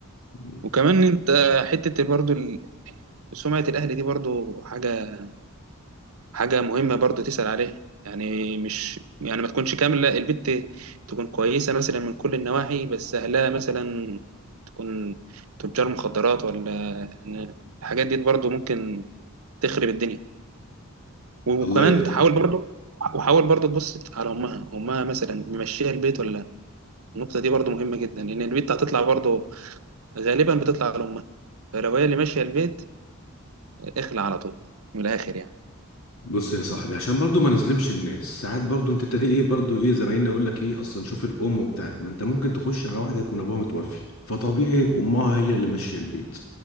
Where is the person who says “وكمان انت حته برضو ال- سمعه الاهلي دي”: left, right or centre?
Right